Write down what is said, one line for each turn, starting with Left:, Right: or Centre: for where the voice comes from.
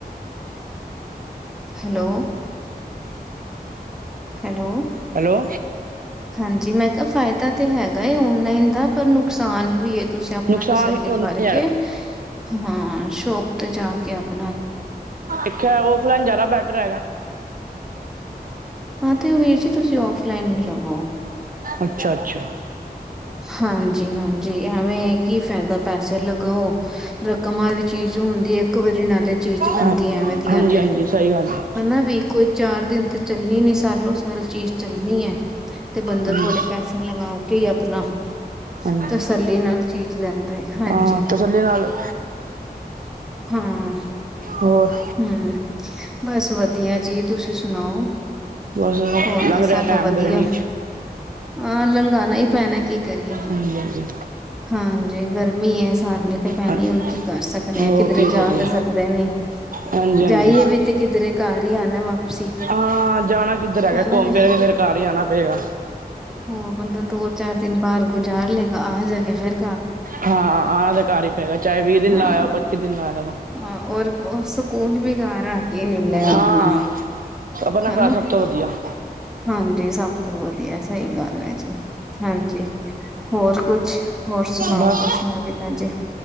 Centre: ਹੈਲੋ ਹੈਲੋ
Right: ਹੈਲੋ
Centre: ਹਾਂਜੀ, ਮੈਂ ਕਿਹਾ ਫਾਇਦਾ ਤੇ ਹੈਗਾ ਔਨਲਾਈਨ ਦਾ ਪਰ ਨੁਕਸਾਨ ਵੀ ਏ ਤੁਸੀਂ ਅਪਨਾ
Right: ਨੁਕਸਾਨ
Centre: ਤਸੱਲੀ
Right: ਵੀ ਉਨਾ
Centre: ਕਰਕੇ,
Right: ਹੀ ਹੈਗਾ
Centre: ਹਾਂ ਸ਼ੋਪ ਤੇ ਜਾ ਕੇ ਆਪਨਾ
Right: ਦੇਖਿਆਂ ਔਫਲਾਇਨ ਜ਼ਿਆਦਾ ਬੈਟਰ ਹੈਗਾ।
Centre: ਹਾਂ ਤੇ ਉਹ ਵੀਰ ਜੀ ਤੁਸੀਂ ਔਫਲਾਈਨ ਹੀ ਲਵੋ
Right: ਅੱਛਾ ਅੱਛਾ
Centre: ਹਾਂਜੀ-ਹਾਂਜੀ, ਐਵੇਂ ਕੀ ਫਾਇਦਾ ਪੈਸੇ ਲਗਾਓ ਰਕਮਾਂ ਦੀ ਚੀਜ਼ ਹੁਨ ਦੀ ਏ ਇੱਕ ਵਾਰੀ ਨਾਲੇ ਚੀਜ਼ ਬਨਦੀ
Right: ਹਾਂ
Centre: ਹੈ ਐਵੇਂ ਦੀਆਂ
Right: ਹਾਂਜੀ
Centre: ਤੇ,
Right: ਹਾਂਜੀ ਸਹੀ ਗੱਲ ਹੈ।
Centre: ਹੇਨਾ ਵੀ ਕੋਈ ਚਾਰ ਦਿਨ ਤੇ ਚੱਲ ਚੱਲਣੀ ਨੀ ਸਾਲੋ ਸਾਲ ਚੀਜ਼ ਚੱਲਣੀ ਏ, ਤੇ ਬੰਦਾ
Right: ਹਾਂਜੀ
Centre: ਥੋੜੇ ਪੈਸੇ ਲਗਾ ਕੇ ਹੀ ਅਪਨਾ,
Right: ਹਾਂਜੀ
Centre: ਤਸੱਲੀ ਨਾਲ ਚੀਜ਼ ਲੈਂਦਾ ਏ ਹਾਂਜੀ
Right: ਹਾਂ, ਤਸੱਲੀ ਨਾਲ
Centre: ਹਾਂ,
Right: ਹੋਰ
Centre: ਹਮ, ਬਸ ਵਧੀਆ ਜੀ। ਤੁਸੀ ਸੁਣਾਓ,
Right: ਬਸ
Centre: ਹੋਰ
Right: ਲੰਘ
Centre: ਤਾਂ
Right: ਰਿਹਾ
Centre: ਸਭ
Right: ਟਾਈਮ
Centre: ਵਧੀਆ,
Right: ਗਰਮੀ ਚ
Centre: ਹਾਂ ਲੰਗ ਕਰਾਣਾ ਹੀ ਪੈਣਾ ਕੀ ਕਰੀਏ,
Right: ਹਾਂਜੀ ਹਾਂਜੀ
Centre: ਹਾਂਜੀ, ਗਰਮੀ ਹੈ। ਸਾਰਨੀ ਤੇ ਪੈਣੀ,
Right: ਹਾਂ
Centre: ਹੁਣ ਕੀ ਕਰ ਸਕਦੇ
Right: ਹੋਰ
Centre: ਆ, ਕਿਧਰੇ
Right: ਕੀ
Centre: ਜਾ
Right: ਕਰੀਏ
Centre: ਤਾਂ ਸਕਦੇ ਨੀ,
Right: ਹਾਂਜੀ ਹਾਂਜੀ
Centre: ਜਾਈਏ ਵੀ ਤੇ ਕਿਧਰੇ ਘਰ ਹੀ ਆਉਣਾ ਵਾਪਸੀ
Right: ਹਾਂ ਜਾਣਾ ਕਿੱਧਰ ਹੈਗਾ
Centre: ਹਨਾ
Right: ਘੁੰਮ
Centre: ਵੀ
Right: ਫਿਰ ਕੇ ਫਿਰ ਘਰ ਹੀ ਆਣਾ ਪਏਗਾ
Centre: ਹੋਰ ਬੰਦਾ ਦੋ ਚਾਰ ਦਿਨ ਬਾਹਰ ਗੁਜ਼ਾਰ ਲਏਗਾ ਆ ਜਾ ਕੇ ਫਿਰ
Right: ਹਾਂ, ਆਣਾ ਤਾਂ ਘਰ ਹੀ ਪਵੇਗਾ ਚਾਹੇ ਵੀਹ ਦਿਨ
Centre: ਹਾਂ
Right: ਲਾਇਆ ਹੋ, ਪੱਚੀ ਦਿਨ ਲਾਇਆ ਹੋ।
Centre: ਹਾਂ, ਔਰ-ਔਰ ਸਕੂਨ ਵੀ ਗਾ ਰਿਹਾ ਕੀ ਮਿਲੇਗਾ
Right: ਹਾਂ
Centre: ਆਪਣਾ,
Right: ਆਪਣਾ
Centre: ਹੰਨਾ,
Right: ਘਰ ਸਭ ਤੋਂ ਵਧੀਆ
Centre: ਹਾਂਜੀ ਸਭ ਤੋਂ ਵੱਧ ਇਹ ਸਹੀ ਗੱਲ ਹੈ। ਹਾਂਜੀ, ਹੋਰ ਕੁਛ, ਹੋਰ ਸੁਣਾਓ
Right: ਬਸ
Centre: ਕੁਛ ਨਵੀ ਤਾਜੀ